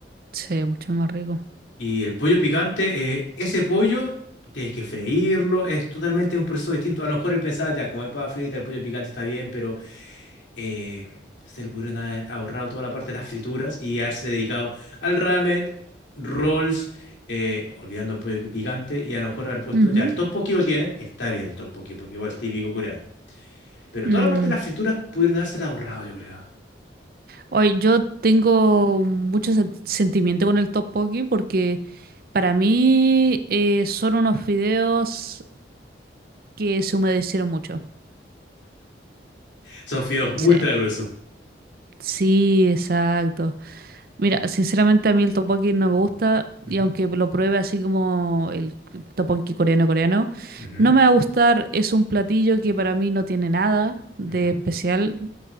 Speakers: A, on the right; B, on the left.
A: Sí, mucho más rico.
B: Y el pollo picante, eh, ese pollo tienes que freírlo, es totalmente un proceso distinto. A lo mejor él pensaba, ya, como hay papa frita, el pollo picante está bien, pero eh, se le pudieron haber ahorrado toda la parte de las frituras y haberse dedicado al ramen, rolls, eh, olvidando el pollo picante, y a lo mejor haber puesto,
A: Ujú.
B: ya, el tteokbokki lo tienen, está bien el tteokbokki, porque igual es típico coreano. Pero
A: Mm.
B: toda la parte de las frituras pudieron haberse ahorrado, yo creo.
A: Oye, yo tengo mucho sen- sentimiento con el tteokbokki porque para mí eh, son unos fideos que se humedecieron mucho.
B: Son fideos ultra
A: Sí,
B: gruesos.
A: sí, exacto. Mira, sinceramente a mí el tteokbokki no me gusta
B: Ujú,
A: y aunque lo pruebe así como el tteokbokki coreano coreano,
B: ujú,
A: no me va a gustar. Es un platillo que para mí no tiene nada de
B: ujú,
A: especial.